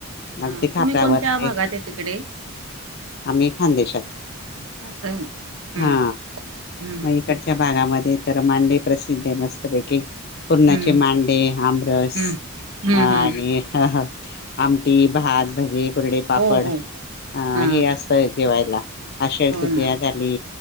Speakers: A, on the right (about 75°); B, on the left (about 45°).
A: हा
B: अगदी खापऱ्यावरचे.
A: तुम्ही कोणत्या भागात आहे तिकडे
B: आम्ही खानदेशात.
A: असं हम्म
B: हा
A: हम्म
B: मग इकडच्या भागामध्ये तर मांडे प्रसिद्ध आहे मस्त पैकी. पुरणाचे
A: हम्म
B: मांडे आमरस
A: हम्म हम्म
B: आणि
A: हम्म
B: हं हं. आमटी, भात, भजे, कुरडे, पापड
A: हो हो
B: अं
A: हां
B: हे असतय जेवायला. आषाढ
A: हो
B: तृतीया
A: ना
B: झाली,